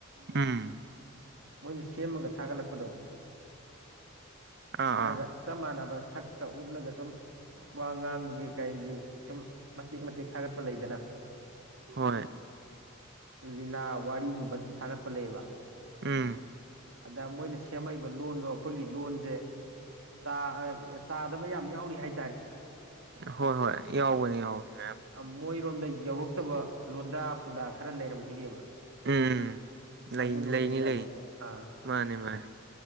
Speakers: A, on the right; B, on the right.
A: ꯎꯝ
B: ꯃꯣꯏꯅ ꯁꯦꯝꯃꯒ ꯊꯥꯒꯠꯂꯛꯄꯗꯣ
A: ꯑꯥ
B: ꯏꯁꯥꯒ
A: ꯑꯥ
B: ꯆꯞ ꯃꯥꯟꯅꯕ ꯁꯛ ꯀ ꯎꯠꯂꯒ ꯁꯨꯝ ꯋꯥ ꯉꯥꯡꯕꯒꯤ ꯀꯩꯒꯤ ꯁꯨꯝ ꯃꯇꯦꯛ ꯃꯇꯦꯛ ꯊꯥꯒꯠ ꯄ ꯂꯩꯗꯅ
A: ꯍꯣꯏ
B: ꯂꯤꯂꯥ ꯋꯥꯔꯤꯒꯨꯝꯕ ꯁꯨꯝ ꯊꯥꯒꯠꯄ ꯂꯩꯌꯦꯕ
A: ꯎꯝ
B: ꯑꯗ ꯃꯣꯏꯅ ꯁꯦꯝꯃꯛꯏꯕ ꯂꯣꯟꯗꯣ ꯑꯩꯈꯣꯏꯒꯤ ꯂꯣꯟ ꯖꯦ ꯇꯥꯑ ꯇꯥꯗꯕ ꯌꯥꯝ ꯌꯥꯎꯔꯤ ꯍꯥꯏ
A: ꯍꯣꯏ ꯍꯣꯏ ꯌꯥꯎꯕꯅꯤ ꯌꯥꯎꯕꯅꯤ ꯃꯌꯥꯝ
B: ꯑ ꯃꯣꯏꯔꯣꯝꯗ ꯌꯧꯔꯛꯇꯕ ꯂꯣꯟꯗꯥ ꯄꯨꯗꯥ ꯈꯔ ꯂꯩꯔꯝꯒꯤꯅꯦꯕ
A: ꯎꯝ ꯎꯝ ꯂꯩ
B: ꯑꯗꯨꯅ ꯑꯣꯏꯕꯖꯥꯠꯅꯤ
A: ꯂꯩꯅꯤ ꯂꯩꯅꯤ
B: ꯑꯥ
A: ꯃꯥꯅꯤ ꯃꯥꯅꯤ